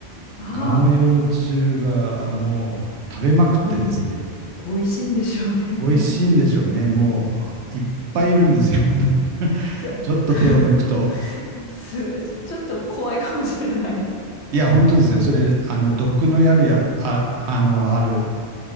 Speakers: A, on the left; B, on the right.
A: <laughs> あ。
B: ガの幼虫がもう食べまくってですね、
A: もみじ、美味しいんでしょうね。<laughs>
B: 美味しいんでしょうね。もういっぱいいるんですよ。<laughs>
A: さ
B: ちょっと手を抜くと。
A: <laughs> すごい、ちょっと怖いかもしれない。
B: いや、本当ですよ。それ、あの、毒のやるや、あ、あの、ある